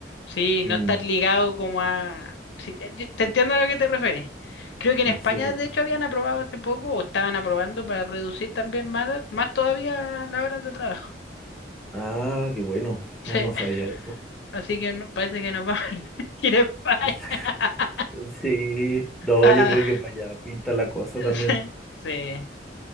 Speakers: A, on the left (about 70°); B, in the centre.
A: Sí,
B: Mm,
A: no estar ligado como a... sí, eh, yo te entiendo a lo que te refieres. Creo que en España
B: sí.
A: de hecho habían aprobado hace poco o estaban aprobando para reducir también más, más todavía las horas de trabajo.
B: Ah, qué bueno.
A: Sí,
B: No, no sabía eso.
A: así que no- parece que nos vamos a <laughs> ir a España.
B: <laughs>
A: <laughs>
B: Sí, no,
A: Ah,
B: yo creo que para allá pinta la cosa también.
A: sí, sí.